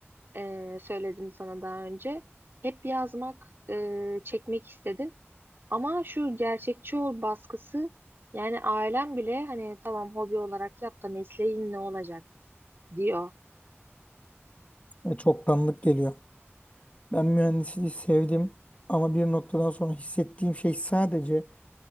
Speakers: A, on the right; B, on the left.
A: Ee, söyledim sana daha önce. Hep yazmak, e, çekmek istedim. Ama şu gerçekçi ol baskısı yani ailem bile hani tamam hobi olarak yap da mesleğin ne olacak diyor.
B: E, çoktanlık geliyor. Ben mühendisliği sevdim ama bir noktadan sonra hissettiğim şey sadece